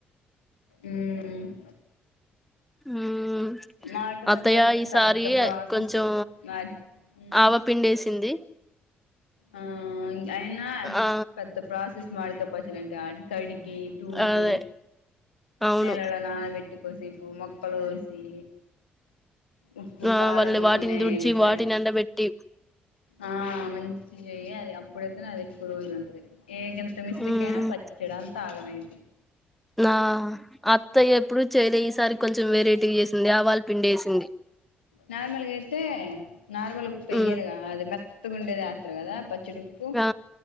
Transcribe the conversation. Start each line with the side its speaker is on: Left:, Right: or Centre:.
Left: ఉమ్
Centre: ఉమ్
Left: మామిడికాయ
Centre: అత్తయ్య
Left: పచ్చడి పెట్టడమే
Centre: ఈసారి
Left: పెద్ద ప్రాసెస్
Centre: కొంచెం
Left: వాటి ఉమ్
Centre: ఆవ పిండేసింది
Left: ఆ అయినా
Centre: ఆ
Left: పెద్ద ప్రాస్ సెస్ మామిడికయ్ పచ్చడంటే <unintelligible> కడిగి తుడ్సి
Centre: అదే అవును
Left: నీళ్ళల్లో నాన బె టి కోసేపు మొక్కల్‌ కోసి ఉప్పు
Centre: ఆ
Left: కారం
Centre: మళ్ళి
Left: నూనె
Centre: వాటిని దుడిచి
Left: ఎల్లిపాయలు
Centre: వాటిని ఎండబెట్టి
Left: ఆ మంచి చెయ్యి అది అప్పుడైతే అది ఎక్కువ రోజులు ఉంటది ఏ గింత మిస్టేక్
Centre: మ్మ్
Left: అయినా పచ్చడంతా ఆగమైది
Centre: నా అత్త ఎప్పుడు చేయలే ఈసారి కొంచెం వెరైటీగా చేసింది ఆవాల్ పిండేసింది
Left: నార్మల్గా అయితే నార్మల్ ఉప్పు యేయరుగా
Centre: ఉమ్
Left: అది మెత్ త్ ఉండేదే ఎత్తరు కదా పచ్ చిరుప్పు
Centre: ఆ